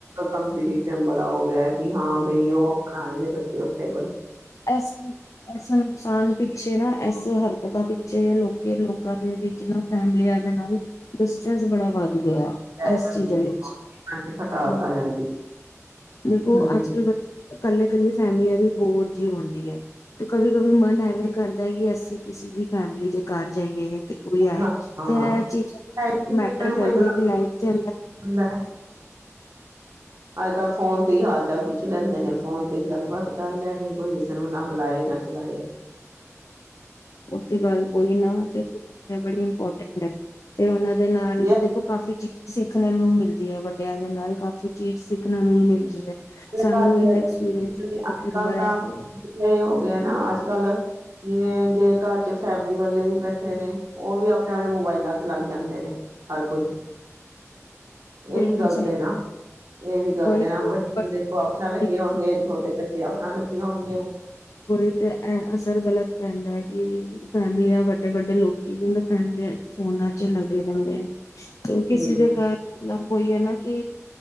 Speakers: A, on the right (about 75°); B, on the left (about 85°).
A: ਕਮਪੀਟੀਸ਼ਨ ਬੜਾ ਹੋ ਗਿਆ ਹੈ ਵੀ ਹਾਂ ਬਈ ਉਹ ਪੁਰਾਣੇ ਦੇ ਬੱਚੇ ਤੇੜ
B: ਐਸਾ ਐਸਾ ਨੁਕਸਾਨ ਪਿੱਛੇ ਨਾ ਇਸ ਹਰਕਤਾਂ ਪਿੱਛੇ ਲੋਕ ਲੋਕਾਂ ਦੇ ਵਿੱਚ ਨਾ ਫੈਮਲੀਆਂ ਦੇ ਨਾਲ ਡਿਸਟੈਂਸ ਬੜਾ ਵੱਧ ਗਿਆ
A: ਪੈ
B: ਇਸ
A: ਜਾਂਦੀ
B: ਚੀਜ਼ਾਂ
A: ਹੈ
B: ਵਿੱਚ
A: ਮਨ ਚ ਖਟਾਸ
B: ਹ
A: ਆ ਜਾਂਦੀ ਹੈ
B: ਦੇਖੋ
A: ਹਮ
B: ਅੱਜ ਕੱਲ ਇਕੱਲੇ ਕੱਲੀਆਂ ਫੈਮਲੀਆਂ ਦੇ ਬੋਰ ਜੀ ਹੁੰਦੀ ਹੈ ਕਵ ਕਵੀ ਮਨ ਹੈਵੇ ਕਰ ਕਿ ਅਸੀਂ ਕਿਸੇ ਦੀ ਫੈਮਿਲੀ ਦੇ ਘਰ ਜਾਈਏ ਤੇ ਹੀ
A: ਹਾਂ ਹਾਂ,
B: ਤੇ ਇਹ ਚੀਜ਼ਾਂ ਵੀ
A: ਹੈ ਹੀ ਨੀ,
B: ਮੈਟਰ
A: ਕਿਸੇ ਨੂੰ
B: ਕਰਦੀ
A: ਕੋਈ ਬੁਲਾ
B: ਹੈ ਕਿ ਲਾਈਫ ਦੇ ਅੰਦਰ
A: ਦਿੰਦਾ ਅੱਜ ਕੱਲ੍ਹ ਫੋਨ ਤੇ ਹੀ ਹਾਲ ਚਾਲ ਪੁੱਛ ਲੈਂਦੇ ਨੇ ਫੋਨ ਤੇ ਹੀ ਗੱਲਬਾਤ ਕਰ ਲੈਣੀ ਕੋਈ ਕਿਸੇ ਨੂੰ ਨਾ ਬੁਲਾਏ ਨਾ ਚਲਾਏ
B: ਉਹ ਤੇ ਗੱਲ ਕੋਈ ਨਾ ਤੇ ਫ ਬੜੀ ੋਰਟਟ ਤੇ ਉਹਨਾਂ ਦੇ ਨਾਲ
A: ਜੇ
B: ਦੇਖੋ ਕਾਫ਼ੀ ਚੀਜ਼ ਸਿੱਖਣ ਨੂੰ ਮਿਲਦੀ ਹੈ ਵੱਡਿਆਂ ਦੇ ਨਾਲ ਕਾਫੀ ਚੀਜ਼ ਸਿੱਖਣਾ ਮਿਲਦੀ ਹੈ ਸਾਨੂੰ
A: ਘਰ ਵੀ
B: ਇਹ
A: ਅੱਜ
B: ਐਕਸਪੀੰਸ ਛੋਟੀ
A: ਕੱਲ
B: ਉਮਰ
A: ਤਾਂ
B: ਹੈ
A: ਇਹ ਹੋ ਗਿਆ ਨਾ ਅੱਜ ਕੱਲ ਜਿਵੇਂ ਜੇ ਘਰ ਚ ਫੈਮਿਲੀ ਵਾਲੇ ਵੀ ਬੈਠੇ ਨੇ ਉਹ ਵੀ ਆਪਣੇ ਆਪਣੇ ਮੋਬਾਇਲਾਂ ਤੇ ਲੱਗ ਜਾਂਦੇ ਨੇ ਹਰ ਕੋਈ
B: ਬਿਲਕੁਲ
A: ਇਹ ਵੀ ਗੱਲ
B: ਸਹੀ
A: ਤੇ ਨਾ
B: ਹੈ।
A: ਇਹ ਵੀ ਗੱਲ
B: ਵਹੀ
A: ਤੇ
B: ਤੋਂ
A: ਨਾ ਵੱਡੀਆਂ
B: ਵੱਡੇ
A: ਦੇਖੋ
B: ਲੋਕ
A: ਆਪਣਾ ਲੱਗੇ ਹੋਣਗੇ ਛੋਟੇ ਬੱਚੇ ੇ ਆਪਣਾ ਲੱਗੇ ਹੋਣਗੇ
B: ਕੋਈ ਤੇ ਇਹ ਅਸਰ ਗ਼ਲਤ ਪੈਂਦਾ ਹੈ ਕਿ ਫੈਮਲੀਆਂ ਵੱਡੇ ਵੱਡੇ ਲੋਕੀ ਵੀ ਉਹ ਫੈਮਲੀਆਂ ਫੋਨਾਂ ਚ ਲੱਗੇ ਰਹਿੰਦੇ ਹੈ ਕਿਸੇ
A: ਹਮ
B: ਦੇ ਘਰ ਮਤਲਬ ਹੋਈ ਹੈ ਨਾ ਕਿ